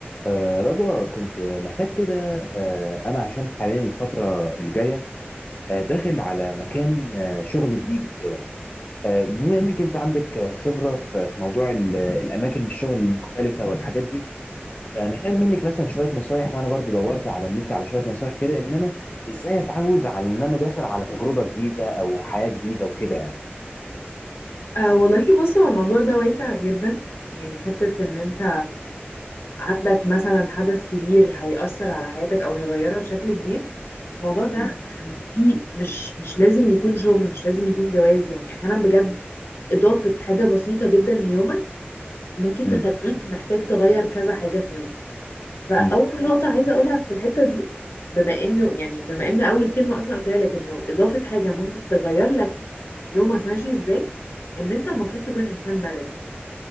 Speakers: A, on the left; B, on the left.
A: آه رضوى كنت محتاج كده آه أنا عشان حاليا الفترة الجاية آه داخل على مكان آه شغل جديد وكده آه بما إنك أنت عندك آه، خبرة في في موضوع ال- الأماكن الشغل المختلفة والحاجات دي فمحتاج منك مثلا شوية نصايح وأنا برضو دورت على النت على شوية نصايح كده إن أنا إزاي أتعود على إن أنا داخل على تجربة جديدة أو حياة جديدة وكده يعني
B: أه والله بص هو الموضوع ده واسع جدا يعني حتة ان انت عندك مثلا حدث كبير هيأثر على حياتك او هيغيرها بشكل كبير الموضوع ده
A: مم.
B: يعني في مش مش لازم يكون شغل مش لازم يكون جواز يعني احيانا بجد اضافة حاجة بسيطة جدا ليومك ممكن
A: مم.
B: تخليك محتاج تغير كذا حاجة في يومك فاول
A: مم.
B: نقطة عايزة اقولها في الحتة دي بما انه يعني بما ان اول كلمة اصلا قلتها لك انه اضافة حاجة ممكن تغير لك يومك ماشي ازاي ان انت المفروض تكون انسان مرن